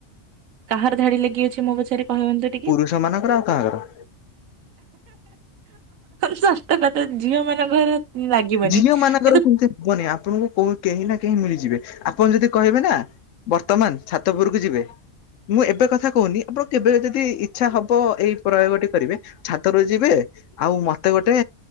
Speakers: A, on the right; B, on the left.
A: କାହାର ଧାଡି ଲାଗି ଅଛି ମୋ ପଛରେ କହିବ।
B: ପୁରୁଷ ମାନଙ୍କର ଆଉ କାହାର।
A: ସତ କଥା ଝିଅ ମାନଙ୍କର ଲାଗିବନି
B: ଝିଅ
A: କିନ୍ତୁ
B: ମାନଙ୍କର। ହବନି ଆପଣଙ୍କୁ କେହି ନା କେହି ମିଳିଯିବେ ଆପଣ ଯଦି କହିବେ ନା ବର୍ତ୍ତମାନ ଛାତପୁରକୁ ଯିବେ? ମୁଁ ଏବେ କଥା କହୁନି ଆପଣ କେବେ ଯଦି ଇଚ୍ଛା ହବ ଏଇ ପ୍ରୟୋଗଟି କରିବେ। ଛାତରୁ ଯିବେ ଆଉ ମତେ ଗୋଟେ